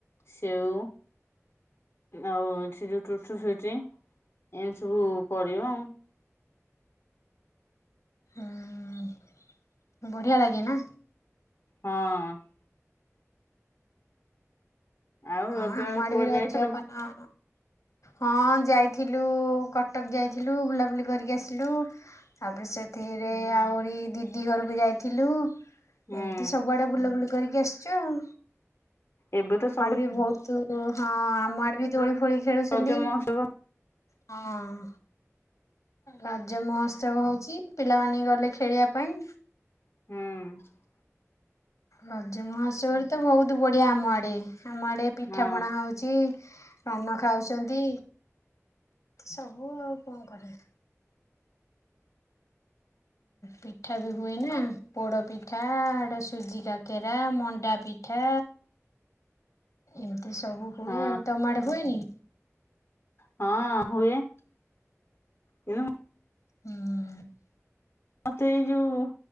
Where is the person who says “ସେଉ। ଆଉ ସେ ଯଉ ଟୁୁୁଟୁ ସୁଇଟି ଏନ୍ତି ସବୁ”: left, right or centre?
Left